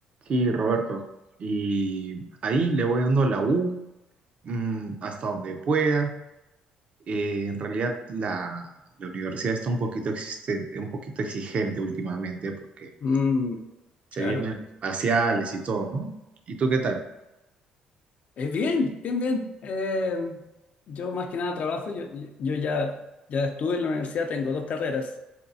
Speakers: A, on the right (about 50°); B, on the left (about 55°).
A: Sí, Roberto. Y ahí le voy dando la U mm, hasta donde pueda. Eh, en realidad la, la universidad está un poquito, existe, un poquito exigente últimamente porque
B: Mm,
A: se
B: claro.
A: vienen los parciales y todo, ¿no? ¿Y tú qué tal?
B: Es bien, bien, bien. Eh, yo más que nada trabajo, yo, yo ya, ya estuve en la universidad, tengo dos carreras.